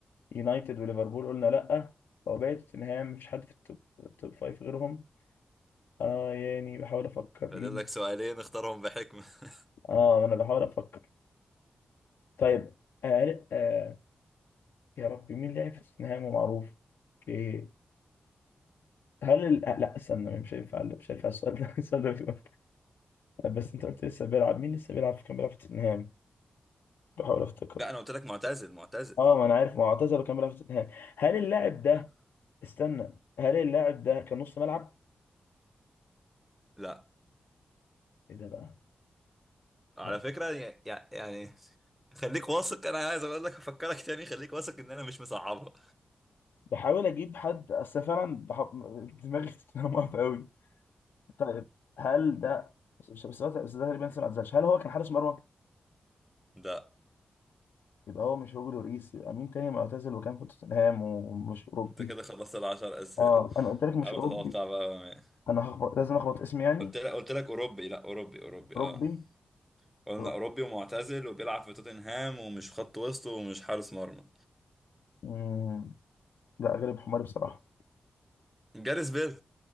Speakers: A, on the left; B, in the centre.
A: يونايتد وليفربول قلنا لا هو باقي توتنهام مفيش حد في التوب التوب فايف غيرهم اه يعني بحاول افكر
B: فاضل
A: مين
B: لك سؤالين اختارهم بحكمة <laughs>
A: اه انا بحاول افكر طيب آه... آه... يا ربي مين لعب في توتنهام ومعروف اوكي هل ال... آه، لا استنى مش هينفع لا، مش هينفع السؤال ده <laughs> السؤال ده بيكون- بس انت قلت لسه بيلعب مين لسه بيلعب في كان بيلعب في توتنهام بحاول افتكر
B: لا انا قلت لك معتزل معتزل
A: اه ما انا عارف ما هو اعتزل كان بيلعب في توتنهام هل اللاعب ده
B: لا
A: استنى هل اللاعب ده كان نص ملعب؟
B: لا
A: ايه ده بقى؟
B: على
A: لا.
B: فكرة يعني, يعني خليك واثق انا عايز اقول لك افكرك تاني خليك واثق ان انا مش مصعبها
A: بحاول اجيب حد اصل فعلا بح... دماغي <laughs> في توتنهام واقفه قوي طيب هل ده بس بس بس, بس ده تقريبا لسه ما اعتزلش هل هو كان حارس مرمى؟
B: لا
A: يبقى هو مش هوجو لوريس يبقى مين تاني معتزل وكان في توتنهام ومش اوروبي؟
B: انت كده خلصت العشر اسئلة
A: اه انا قلت لك مش
B: حاول
A: اوروبي
B: تتوقع بقى ما-
A: انا هخبط لازم اخبط اسمي يعني
B: قلت لك قلت لك اوروبي لا اوروبي اوروبي
A: ربي
B: اه قلنا
A: رب
B: اوروبي ومعتزل وبيلعب في توتنهام ومش خط وسط ومش حارس مرمى
A: مم. لا غالب حماري بصراحه
B: جاريس بيل